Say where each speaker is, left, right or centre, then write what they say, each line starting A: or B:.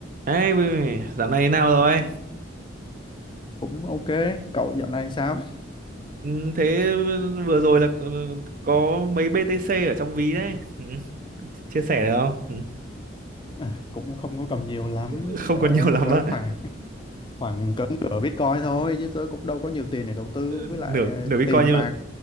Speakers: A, on the right (about 45°); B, on the left (about 25°).
A: Ê, dạo này nào rồi?
B: cũng ok cậu dạo này sao
A: Ừ, Thế vừa rồi là có có mấy BTC ở trong ví đấy. Ừ, Chia chia sẻ được không? Ừ,
B: à, cũng không có cầm nhiều lắm
A: <laughs> Không
B: trời
A: còn
B: ơi
A: nhiều lắm
B: cỡ
A: á.
B: khoảng khoảng cỡ nửa Bitcoin thôi chứ tôi cũng đâu có nhiều tiền để đầu tư với
A: Nửa
B: lại ờ,
A: nửa Bitcoin
B: tiền
A: nhưng
B: bạc
A: mà,